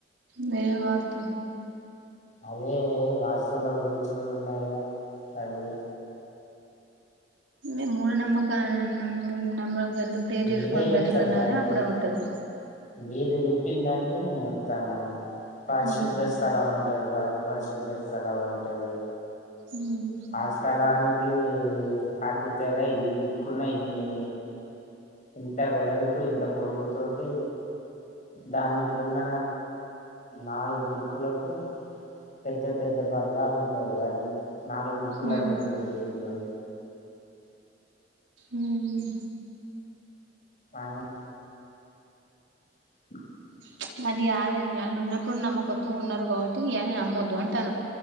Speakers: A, on the right; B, on the left.
A: లే వాస్తు
B: అదే వాస్తుల గురించి కూడా ఉన్నయిగా. బైబుల్ల
A: మేం మూఢ నమ్మకాలను నమ్మం. వెళ్ళాం. ప్రేర్
B: మీరే
A: చేసుకోవడం
B: చెప్తారు
A: బెటర్ గాదా.
B: కదండి
A: అని అప్పుడే
B: ఇప్పుడు
A: ఉంటది.
B: మీరు చెప్పిన దానికే, నేన్ చెప్తన్న. పరిశుద్ధ
A: ఉమ్
B: స్థలం అంటరు, అ అపరిశుద్ధ స్థలం అంటరు.
A: ఉమ్
B: ఆ స్థలానికి అడ్డు తెర, ఈ దిక్కున ఇన్నీ ఇంత వెడల్పు, ఇంత పొడుగుతోటి. దానికి ఉన్న నాలుగు దిక్కులకు పెద్ద పెద్ద పరదాలు ఉంటాయి కదాండి. నాలుగు దిక్కులను
A: ఉమ్
B: ఎందుకు పెట్టిండ్ళ్ళు.
A: ఉమ్
B: ఆవ్ <inaudible>
A: ప్చ్ అది కాదండి, ఆళ్లున్నప్పుడు నమ్మకంతో ఉన్నారు గాబట్టి. ఇయే ఆమ్మొద్దు అంటాన్న.